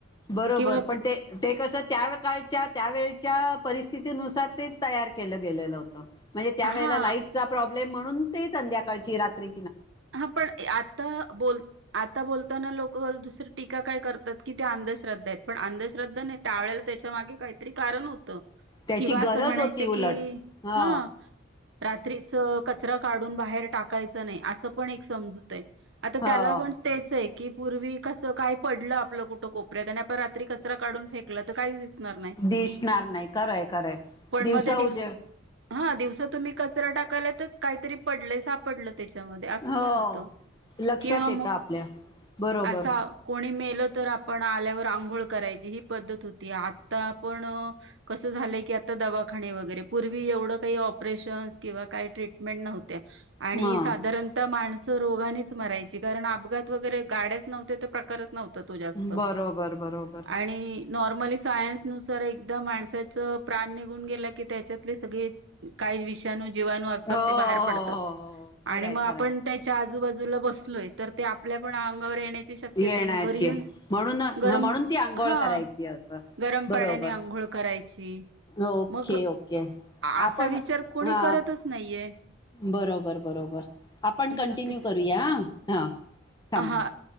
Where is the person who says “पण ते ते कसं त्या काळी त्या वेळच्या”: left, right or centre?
Left